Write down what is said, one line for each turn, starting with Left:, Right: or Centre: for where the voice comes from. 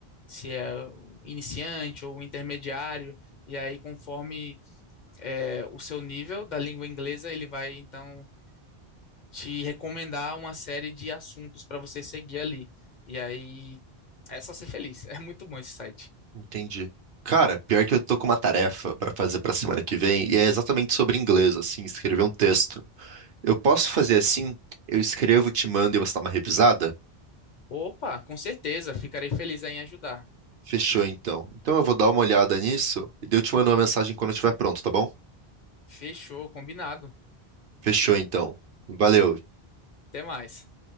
Left: se é o iniciante ou o intermediário, e aí conforme é, o seu nível da língua inglesa, ele vai então te recomendar uma série de assuntos para você seguir ali. E aí é só ser feliz. <laughs> É muito bom esse site.
Right: Entendi. Cara, pior que eu tô com uma tarefa pra fazer pra semana que vem, e é exatamente sobre inglês, assim, escrever um texto. Eu posso fazer assim? Eu escrevo, te mando e você dá uma revisada?
Left: Opa, com certeza, ficarei feliz aí em ajudar.
Right: Fechou, então. Então eu vou dar uma olhada nisso e daí eu te mando uma mensagem quando eu estiver pronto, tá bom?
Left: Fechou, combinado.
Right: Fechou, então. Valeu.
Left: Até mais.